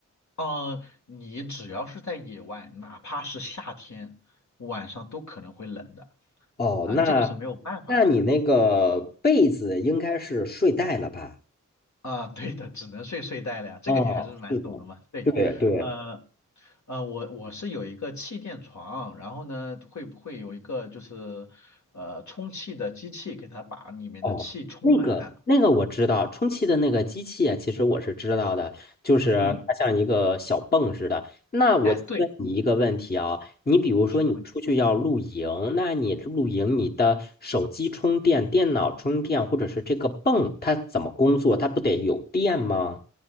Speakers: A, on the left (about 60°); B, on the left (about 30°).
A: 呃，你只要是在野外，哪怕是夏天，晚上都可能会冷的，
B: 哦，
A: 啊、
B: 那那你那个被子应该是睡袋了吧？
A: 这个是没有办法的，啊、对的，只能睡睡袋了呀，这个你还是蛮懂的嘛，
B: 哦，是的，
A: 对，
B: 对对。
A: 呃呃，我我是有一个气垫床，然后呢，会不会有一个就是呃充气的机器给它把里面的气充满？
B: 哦，那个那个我知道，充气的那个机器啊，其实我是知道的，就是它像一个小泵似的。
A: 嗯，
B: 那我再问你一个问题啊，
A: 哎，对，
B: 你比如说你出去要露营，
A: 什么问题？
B: 那你露营你的手机充电、电脑充电，或者是这个泵，它怎么工作？它不得有电吗？